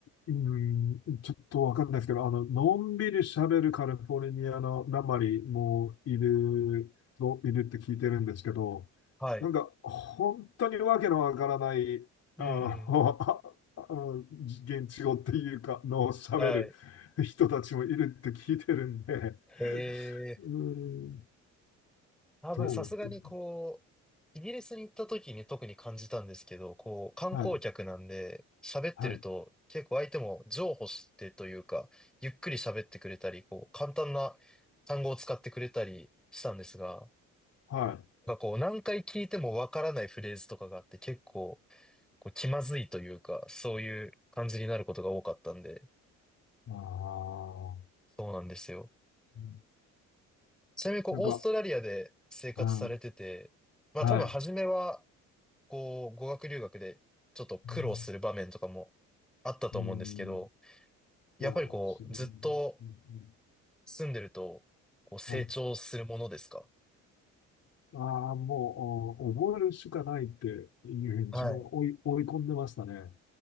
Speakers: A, on the left (about 55°); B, in the centre.
A: うーん、ちょっとわかんないですけど、あの、のんびり喋るカリフォルニアのなまりもいる、と、いるって聞いてるんですけど、
B: はい。
A: なんか、本当にわけのわからない、
B: うんうん。
A: あの、<laughs> あの、現地語っていうか、の喋る
B: はい。
A: 人たちもいるって聞いてるんで、
B: へー
A: うーん、
B: 多分さすがにこう、
A: そうですね。
B: イギリスに行った時に特に感じたんですけど、こう、観光客なんで喋ってると結構相手も譲歩してというか、
A: はい、はい、
B: ゆっくり喋ってくれたり、こう、簡単な単語を使ってくれたりしたんですが、
A: はい。
B: なんかこう、何回聞いてもわからないフレーズとかがあって結構、こう、気まずいというか、そういう感じになることが多かったんで、
A: ああ、
B: そうなんですよ。
A: うん
B: ちなみにこう、
A: なんか、
B: オーストラリアで生活されてて、
A: うん、
B: まあ多分初めは、
A: はい。
B: こう、語学留学でちょっと苦労する場面とかもあったと思うんですけど、
A: うん、うん
B: やっぱりこう、
A: そうですね。
B: ずっと
A: うんうん
B: 住んでると、こう、成長するものですか
A: ああー、もう、お覚えるしかないっていうふうに自分を追い、
B: はい。
A: 追い込んでましたね。